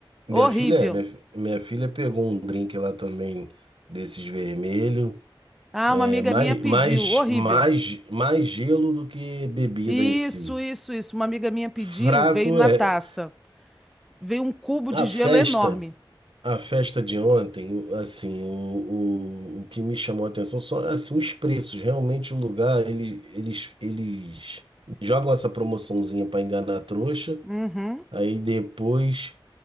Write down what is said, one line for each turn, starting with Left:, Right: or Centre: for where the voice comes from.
Right: minha
Centre: Horrível.
Right: filha, é, minha, fi- minha filha pegou um drink lá também desses vermelho.
Centre: Ah,
Right: É
Centre: uma amiga
Right: mais,
Centre: minha pediu.
Right: mais,
Centre: Horrível.
Right: mais, mais gelo do que bebida
Centre: Isso,
Right: em si.
Centre: isso, isso. Uma amiga minha pediu,
Right: Fraco
Centre: veio na
Right: é
Centre: taça. Veio um cubo de
Right: a
Centre: gelo
Right: festa.
Centre: enorme.
Right: A festa de ontem, o- assim, o, o, o que me chamou a atenção são assim, os preços. Realmente o lugar, ele, eles, eles jogam essa promoçãozinha para enganar a trouxa,
Centre: Uhum.
Right: aí depois